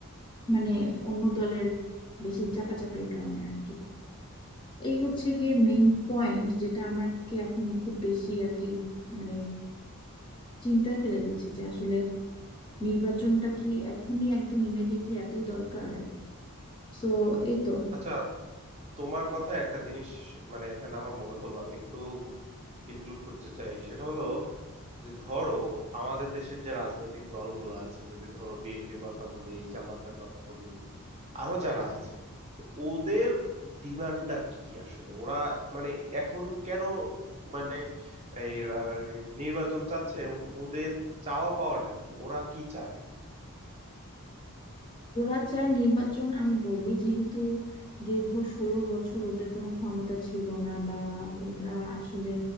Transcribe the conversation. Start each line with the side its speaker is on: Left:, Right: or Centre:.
Left: মানে অন্য দলের বেশি চাপাচাপির কারণে আর কি এই হচ্ছে গিয়ে মেইন পয়েন্ট যেটা আমাকে এখন খুব বেশি আর কি মানে চিন্তায় ফেলে দিচ্ছে যে আসলে নির্বাচনটা কি এখনই একদম ইমিডিয়েটলি এতই দরকার সো এই তো
Right: আচ্ছা তোমার কথায় একটা জিনিস মানে এখানে আমার মনে পড়লো আমি একটু ইনক্লুড করতে চাই সেটা হলো যে ধরো আমাদের দেশের যে রাজনৈতিক দলগুলো আছে যদি ধরো বিএনপির কথা বলি জামাতের কথা বলি আরো যারা আছে তো ওদের ডিমান্ডটা কি আসলে ওরা মানে এখন কেন মানে এই রা- নির্বাচন চাচ্ছে এবং ওদের চাওয়া পাওয়াটা কি ওরা কি চায়
Left: ওরা চায় নির্বাচন আমি বলি যেহেতু দীর্ঘ ষোলো বছর ওদের কোনো ক্ষমতা ছিল না বা ওরা আসলে